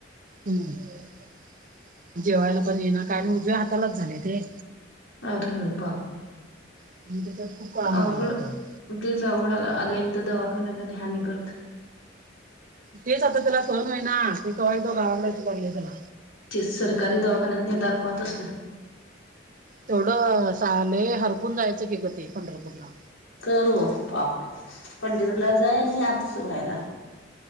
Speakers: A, on the right; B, on the left.
A: हम्म जेवायला पण ये ना काय आणि उजव्या हातालाच झाले ते.
B: अर.... पाप
A: <unintelligible>
B: अवघड,
A: मारायला तिला
B: तेच अवघड, आल्यानी तर दवाखान्याला न्ह्या आणि परत.
A: तेच आता त्याला सहन होईना. मी कवा येतोय गावाकड अस झालंय त्याला.
B: ते सरकारी दवाखान्यात न्या दाखवा तसलं.
A: तेवढं स आले हरपून जायचं कि ग ते पंढरपूरला.
B: करू पाप पंढपुरला जाय आणि आजच व्हायला.